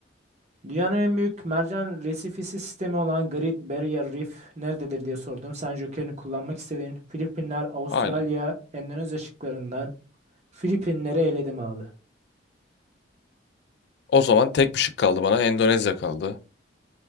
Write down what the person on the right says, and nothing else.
Dünyanın en büyük mercan resifisi sistemi olan Great Barrier Reef nerededir diye sordum. Sen Joker'ini kullanmak istediğin Filipinler, Avustralya,
Endonezya şıklarından Filipinleri eledim abi.